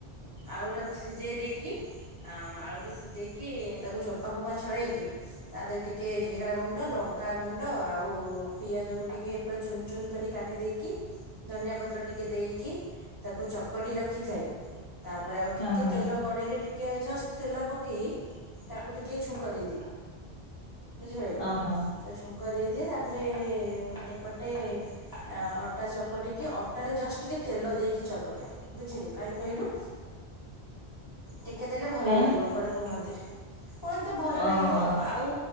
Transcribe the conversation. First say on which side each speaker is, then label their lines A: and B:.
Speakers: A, on the left; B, on the left.
A: ଆଳୁଟାକୁ ସିଝେଇ ଦେଇକି ଆ ଆଳୁ ଟିକେ ସିଝେଇକି, ତାକୁ ଚୋପା ଫୋପା ଛଡେଇକି, ତା ଦେହରେ ଟି ଟିକେ ଜିରା ଗୁଣ୍ଡ, ଲଙ୍କାଗୁଣ୍ଡ, ଆଉ ପିଆଜକୁ ଟିକେ ପୁରା ଚୁନ୍ ଚୁନ୍ କରି କାଟି ଦେଇିକି, ଧନିଆ ପତ୍ର ଟିକେ ଦେଇକି, ତାକୁ ଚକଟି ରଖିଥାଏ। ତାପରେ ଆଉ ଟିକେ
B: ଓହୋ
A: ତେଲ କଡେଇରେ ଟିକେ ଜଷ୍ଟ ତେଲ ପକେଇ ତାକୁ ଟିକେ ଛୁଙ୍କ ଦେଇଦିଏ। ବୁଝିପାଇଲୁ
B: ଓହୋ
A: ତା ଛୁ ଛୁଙ୍କ ଦେଇଦିଏ, ତାପରେ ଏପଟେ ଆଁ ଅଟା ଚକଟିକି ଅ ଅଟାରେ ଜଷ୍ଟ ଟିକେ ତେଲ ଦେଇକି ଚକଟେ। ବୁଝିଲୁ କାହିଁ କହିଲୁ, ଟିକେ ଦେଲେ ଭଲ
B: କାଇଁ
A: ଲାଗିବ କୁଆଡେ କୁହନ୍ତି। ପୁଣି ତ ଭଲ ଲାଗିବ।
B: ଓହୋ
A: ଆଉ